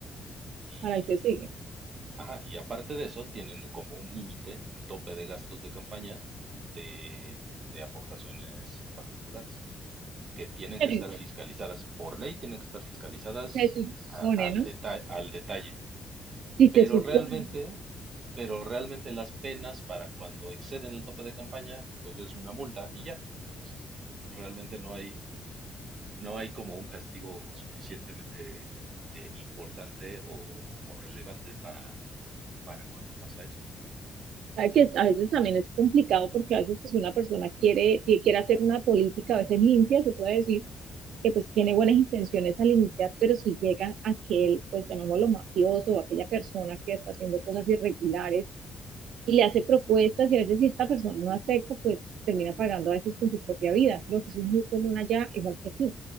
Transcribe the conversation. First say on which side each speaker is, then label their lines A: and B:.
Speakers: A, on the right (about 35°); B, on the right (about 75°).
A: Y,
B: para el que sigue.
A: ajá, y aparte de eso, tienen un- como un límite, un tope de gastos de campaña de, de aportaciones particulares, que tienen
B: Terrible.
A: que estar fiscalizadas. Por ley tienen que estar fiscalizadas
B: Se supone,
A: a- al
B: ¿no?
A: detalle, al detalle.
B: Si
A: Pero
B: se supone.
A: realmente, pero realmente las penas para cuando exceden el tope de campaña, pues es una multa y ya. Entonces, realmente no hay, no hay como un castigo suficientemente eh, importante o, o relevante para, para cuando pasa eso.
B: Sabe que a veces también es complicado porque a veces pues, una persona quiere, que quiere hacer una política, a veces limpia, se puede decir, que pues tiene
A: Sí,
B: buenas intenciones al iniciar, pero si llega aquel, pues llamémoslo mafioso, o aquella persona que está haciendo cosas irregulares y le hace propuestas y a veces si esta persona no acepta, pues termina pagando a veces con su propia vida. Creo que eso es muy común allá, igual que aquí,